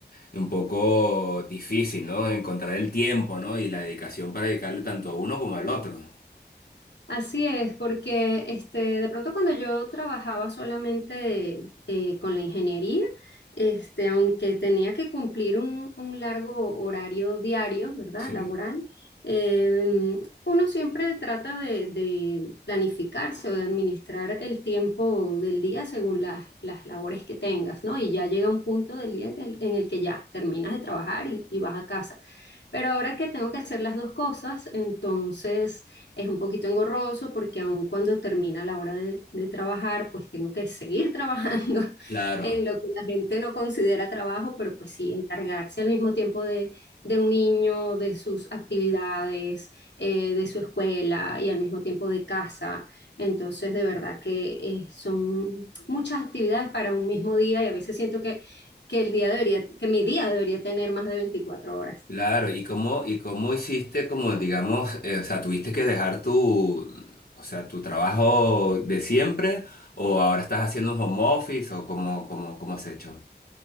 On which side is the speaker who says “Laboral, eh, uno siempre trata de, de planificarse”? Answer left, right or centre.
Left